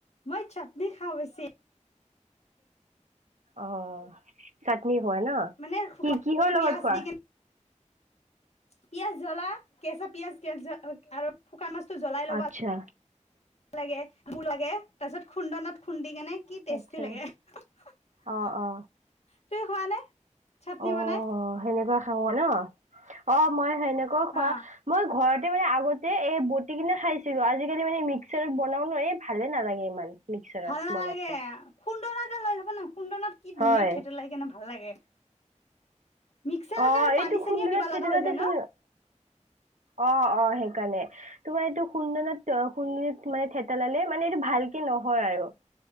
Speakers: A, on the left; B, on the right.
A: মই চাটনি খাওঁ বেছি।
B: অ', অ', চাটনি খোৱা ন'।
A: মানে
B: কি কিহৰ
A: কি
B: লগত
A: আছ
B: খোৱা
A: কিনে। পিয়াজ জ্বলা কেঁচা পিয়াজ কে জ আৰু শুকান মাছতটো জ্বলাই ল'ব-
B: আচ্ছা
A: লাগে বু লাগে তাৰ পিছত খুন্দনত খুন্দি কেনে। কি টেষ্টি
B: আচ্ছা
A: লাগে, তুমি
B: অ অ
A: খোৱা নে? চাটনি
B: অ
A: বনাই
B: সেনেকুৱা খাওঁ ন, অ মই সেনেকেও খোৱা।
A: অ
B: মই ঘৰতে মানে আগতে এই বটি কিনে খাইছিলো আজিকালি মানে মিক্সাৰত বনাও ন এই ভালে নালাগে ইমান। মিক্সাৰত
A: ভাল নালাগে
B: বনালে
A: খুন্দনাতে লৈ যাবা ন খুন্দনাত কি
B: হয়
A: ধুনীয়া থেতেলিয়াই কেনে ভাল লাগে। মিক্সাৰত
B: অ
A: আৰু পানী
B: এইটো
A: চানীও
B: খুন্দনাত
A: দিবা
B: থিয়েটতে,
A: লগা হৈ যায় ন
B: অ অ সেইকাৰণে। তোমাৰ এইটো সুন্দনত সুন্দনী মানে থেতেলালে মানে এইটো ভালকে নহয় আৰু।